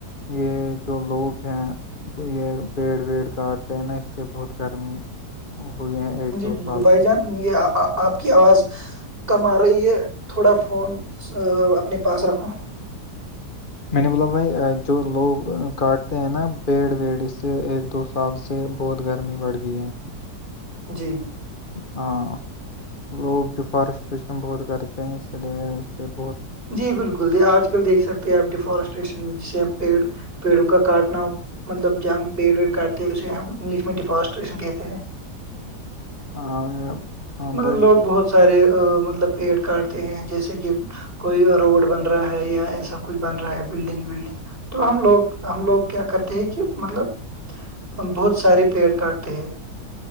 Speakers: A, on the left (about 35°); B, on the right (about 35°).
A: یہ جو لوگ ہیں یہ پیڑ ویڑ کٹ تا نا اس سے بہت گرمی ہوئی ہے ایک
B: جی
A: دو
B: بالکل
A: سال
B: بھائی
A: سے
B: جان یہ آپ کی آواز کم آ رہی ہے تھوڑا فون اپنے پاس رکھو
A: میں نے بولا بھائی جو لوگ کاٹتے ہیں نا پیڑ ویڑ اس سے ایک دو کال سے بہت گرمی بڑھ گئی ہے
B: جی
A: ہاں لوگ ڈیفارسٹریشن بہت کرتے ہیں اسی لیے سے بہت
B: جی بالکل د آج کل دیکھ سکتے ہیں آپ ڈیفارسٹریشن جس پی پیڑوں کا کاٹنا مطلب جب ہم پیڑ ویڑ کاتے اسے ہم انگلش میں ڈیفارسٹریشن کہتے ہیں
A: ہاں ہاں
B: مطلب
A: بھائی
B: لوگ بہت سارے مطلب پیڑ کاٹتے ہیں جیسے کہ کوئی روڈ بن رہا ہے یا یہ سب کچھ بن رہا ہے بلڈنگ ولڈنگ تو ہم لوگ ہم لوگ کیا کرتے ہیں کہ مطلب ہم بہت سارے پیڑ کاٹتے ہیں